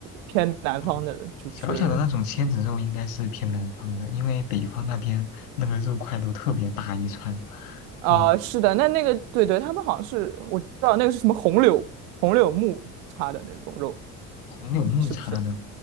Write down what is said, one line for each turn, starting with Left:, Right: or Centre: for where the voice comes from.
Right: 偏南方的，
Left: 嗯，
Right: 就是
Left: 小小的那种签子肉应该是偏南方的，因为北方那边那个肉块都特别大一串，
Right: 啊，
Left: 嗯，
Right: 是的，那那个对对，他们好像是我知道那个是什么红柳红柳木插的那种肉，
Left: 红柳木叉的，
Right: 是不是？